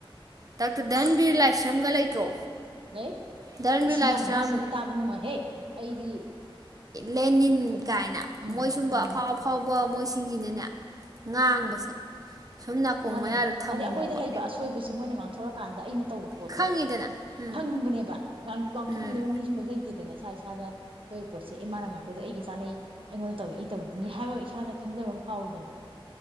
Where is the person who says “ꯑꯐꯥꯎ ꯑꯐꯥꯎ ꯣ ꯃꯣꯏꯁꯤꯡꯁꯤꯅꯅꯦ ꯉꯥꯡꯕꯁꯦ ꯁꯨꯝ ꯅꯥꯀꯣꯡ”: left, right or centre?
Right